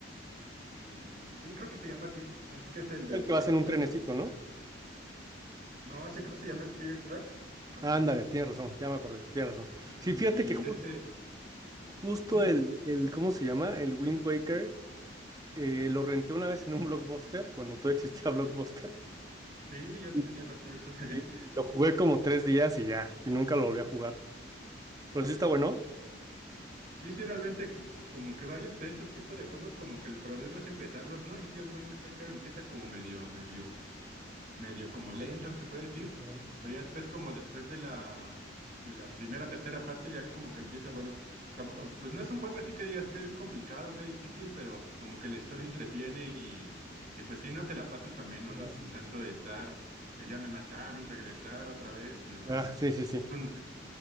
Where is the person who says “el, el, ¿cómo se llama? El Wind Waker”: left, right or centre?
Right